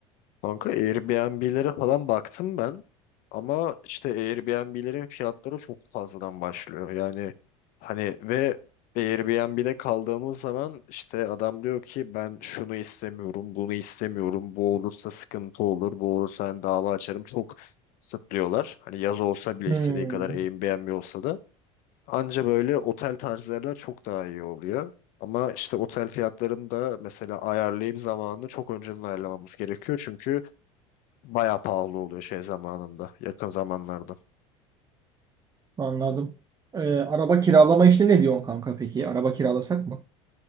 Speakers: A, on the left; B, on the right.
A: Kanka Airbnb'lere falan baktım ben ama işte Airbnb'lerin fiyatları çok fazladan başlıyor. Yani hani ve Airbnb'de kaldığımız zaman işte adam diyor ki ben şunu istemiyorum, bunu istemiyorum, bu olursa sıkıntı olur, bu olursa hani dava açarım çok kısıtlıyorlar. Hani yaz olsa bile
B: Hmm,
A: istediği kadar Airbnb olsa da anca böyle otel tarzı yerler çok daha iyi oluyor. Ama işte otel fiyatlarını da mesela ayarlayıp zamanını çok önceden ayarlamamız gerekiyor. Çünkü Bayağı pahalı oluyor şey zamanında, yakın zamanlarda.
B: anladım. Ee, araba kiralama işini ne diyorsun kanka peki? Araba kiralasak mı?